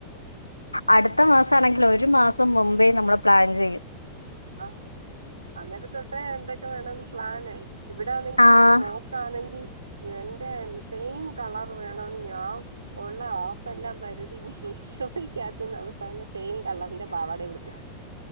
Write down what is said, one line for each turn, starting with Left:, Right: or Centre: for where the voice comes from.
Left: അട്ത്ത മാസാണെങ്കില് ഒരു മാസം മുമ്പേ നമ്മള് പ്ലാൻ ചെയ്യും.
Right: ആന്നു അന്നേരം തൊട്ടേ എന്തൊക്കെ വേണന്ന് പ്ലാനാണ് ഇവിടാണെങ്കി
Left: ആഹ്
Right: മോ ക്കാണെങ്കി എന്റെ സെയിം കളർ വേണം ഞാൻ ഒള്ളെ ആപ് പെല്ലാം പരതി മീശോക്കകത്തിന്നാ അവസാനം സെയിം കളറിന്റെ പാവാട ഉടുക്കും.